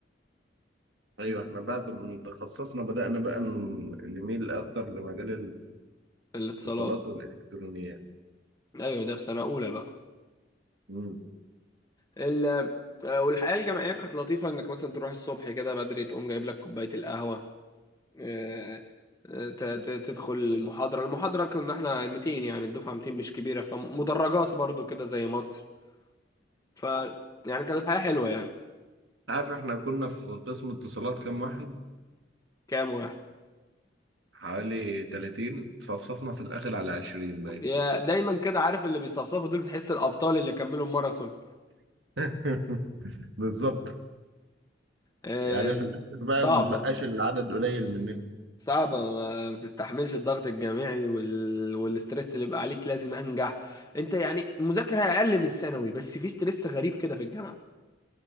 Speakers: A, on the right; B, on the left.
A: ايوه احنا بعد ما تخصصنا بدأنا بقى ن- نميل اكتر لمجال
B: الاتصالات
A: الاتصالات والالكترونيات
B: ايوه ده في سنة اولى بقى
A: امم
B: ال آه، والحياة الجامعية كانت لطيفة انك مثلا تروح الصبح كده بدري تقوم جايب لك كوباية القهوة آه، آه، ت- ت- تدخل المحاضرة المحاضرة كنا احنا 200 يعني الدفعة 200 مش كبيرة فمدرجات برضو كده زي مصر ف يعني كان الحياة حلوة يعني
A: عارف احنا كنا في قسم اتصالات كام واحد
B: كام واحد
A: حوالي 30 صفصفنا في الاخر على 20 باين
B: يا دايما كده عارف اللي بيصفصفوا دول بتحس الأبطال اللي كملوا الماراثون
A: <laughs> بالظبط
B: آه،
A: يعني في الاخر بقى
B: صعبة
A: مبقاش العدد قليل مننا
B: صعبة ما بتستحملش الضغط الجامعي وال... والستريس اللي بقى عليك لازم أنجح أنت يعني مذاكرة أقل من ثانوي بس في ستريس غريب كده في الجامعة